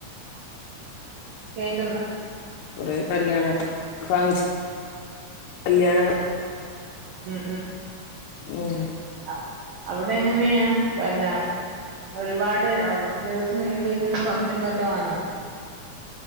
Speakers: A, on the right; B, on the left.
A: കേൾക്കുന്നൊ?
B: കുറെേ കല്യാണ ഫങ്ഷൻ കല്യാണങ്ങ
A: അ
B: ഉം
A: ആ അവിടെ എങ്ങനെയാ പിന്നെ ഒരുപാട് അവ്വ് ദിവസം നീണ്ടിയിരിക്കുന്ന ഫങ്ഷൻ വല്ലോണോ?